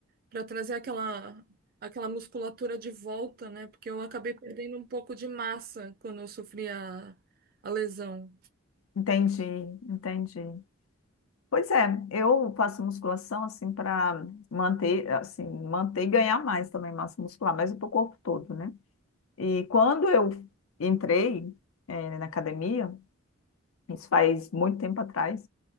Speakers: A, on the right; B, on the left.
A: para trazer aquela aquela musculatura de volta, né? Porque eu acabei perdendo um pouco de massa quando eu sofri a, a lesão.
B: Entendi, entendi. Pois é, eu faço musculação assim para manter, assim, manter e ganhar mais também massa muscular, mas para o corpo todo, né? E quando eu entrei, eh, na academia, isso faz muito tempo atrás,